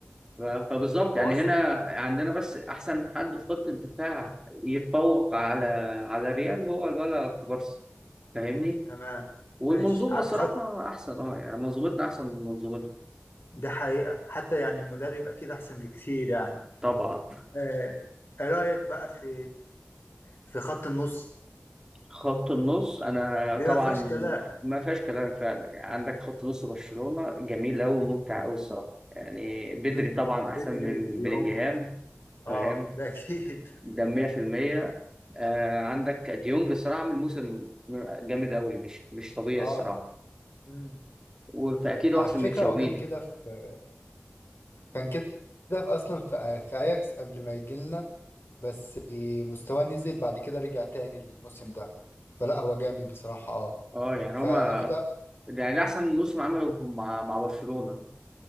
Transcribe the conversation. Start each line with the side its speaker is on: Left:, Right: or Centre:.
Right: ف- فبالظبط يعني
Left: هو اصلا
Right: هنا عندنا بس احسن حد في خط الدفاع يتفوق على على ريال هو الولا كوبارسي فاهمني
Left: تمام
Right: والمنظومه
Left: ماشي عارف
Right: الصراحه
Left: خط
Right: احسن اه يعني منظومتنا احسن من منظومتهم
Left: ده حقيقه حتى يعني المدرب اكيد احسن بكتير يعني
Right: طبعا
Left: آه، رايك بقى في في خط النص
Right: خط النص انا
Left: دي
Right: طبعا
Left: ما فيهاش كلام
Right: ما فيهاش كلام فعلا يعني عندك خط نص برشلونه جميل قوي وممتع قوي الصراحه يعني بدري
Left: بد...
Right: طبعا
Left: بدري
Right: احسن من
Left: ديونج
Right: بلينجهام فاهم
Left: اه ده اكيد <laughs>
Right: ده 100% آه عندك ديونج الصراحه عامل موسم جامد قوي مش مش طبيعي الصراحه
Left: اه امم
Right: وفاكيد هو
Left: على
Right: احسن
Left: فكرة
Right: من تشاوميني
Left: هو كان كده في كان كده في اصلا في في اياكس قبل ما يجي لنا بس مستواه نزل بعد كده رجع تاني الموسم ده فلا هو جامد بصراحة اه
Right: اه يعني
Left: فكده
Right: هما ده يعني احسن موسم عمله مع مع برشلونه